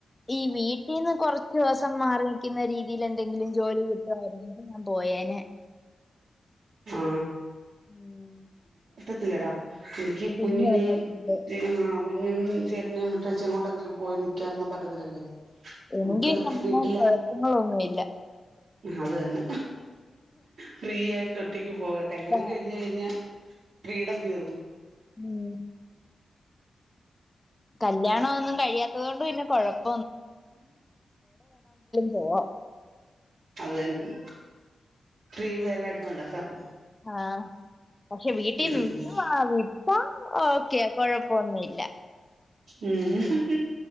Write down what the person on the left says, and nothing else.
ഈ വീട്ടിൽന്ന് കൊറച്ചു ദിവസം മാറി നിക്കുന്ന രീതിയിൽ എന്തെങ്കിലും ജോലി കിട്ടുവായിരുന്നെങ്കിൽ ഞാൻ പോയേഞ്ഞേ
ഉം
കുഞ്ഞുള്ളതുകൊണ്ട്
എനിക്ക്
പിന്നെ അങ്ങനെ
കൊഴപ്പങ്ങളൊന്നുമില്ല
അതാ
ഉം കല്യാണഒന്നും കഴിയാത്തത് കൊണ്ട് പിന്നെ കൊഴപ്പം പോവാം
ആഹ് പക്ഷെ വീട്ടീന്ന്
വിടോ ആഹ് വിട്ടാ ഓക്കെ കൊഴപ്പൊന്നുല്ല